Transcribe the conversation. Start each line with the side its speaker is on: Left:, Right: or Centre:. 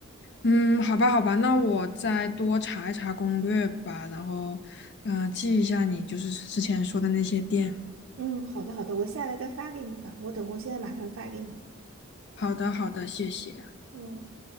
Left: 嗯，好吧，好吧，那我再多查一查攻略吧，然后，嗯、记一下你就是之前说的那些店。
Right: 嗯，好的好的，我下来再发给你吧，我等我现在马上发给你。
Left: 好的，好的，谢谢。
Right: 嗯。